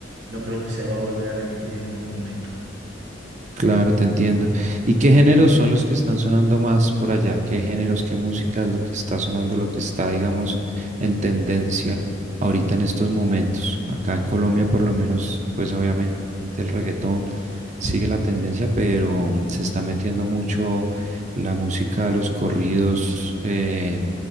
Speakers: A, on the right; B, on the right.
A: no creo que se va a volver a repetir en ningún momento.
B: Claro, te entiendo. ¿Y qué géneros son los que están sonando más por allá? ¿Qué géneros, qué música es lo que está sonando, lo que está, digamos, en tendencia ahorita en estos momentos? Acá en Colombia, por lo menos, pues obviamente el reggaetón sigue la tendencia, pero mm, se está metiendo mucho la música de los corridos eh,